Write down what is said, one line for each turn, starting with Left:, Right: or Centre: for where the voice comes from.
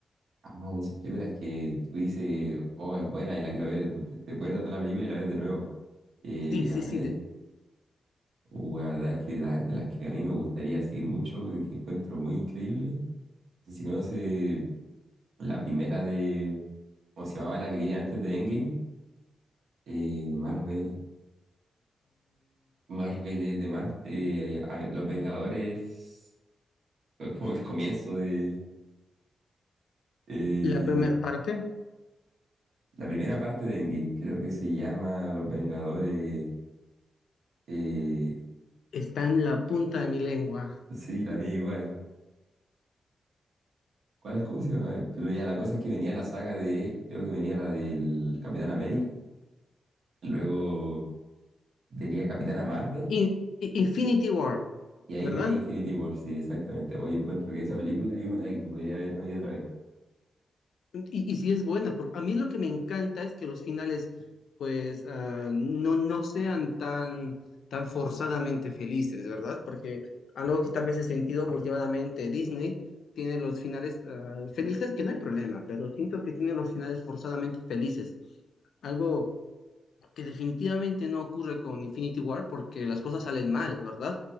Right: Ah, de esas películas que tú dices, oh, es buena y la quiero ver, después te acuerdas de la película y la ves de nuevo. Eh,
Left: Sí, sí,
Right: a ver,
Left: sí. de-
Right: uh, la verdad es que la- de las que a mí me gustaría así mucho, de que encuentro muy increíble. No sé si conoces La primera de, ¿cómo se llamaba? La que viene antes de Endgame. Eh, Marvel, Marvel eh, de Marvel. eh, a- Los Vengadores, es como el comienzo de eh,
Left: La primera parte
Right: la primera parte de Endgame. Creo que se llama Los Vengadores. eh,
Left: está en la punta de mi lengua.
Right: sí, la mía igual. ¿Cuál, cómo se llama? Pero ya la cosa es que venía la saga de, creo que venía la del Capitán América, luego venía Capitana Marvel.
Left: In- I- Infinity War,
Right: Y ahí
Left: ¿verdad?
Right: venía Infinity War, sí, exactamente. Hoy encuentro que esa película es una que podría ver una y otra vez.
Left: Y, y sí es buena, porque a mí lo que me encanta es que los finales, pues, ah, no, no sean tan, tan forzadamente felices, ¿verdad? Porque algo que tal vez he sentido últimamente, Disney tiene los finales ah, felices, que no hay problema, pero siento que tiene los finales forzadamente felices. Algo que definitivamente no ocurre con Infinity War, porque las cosas salen mal, ¿verdad?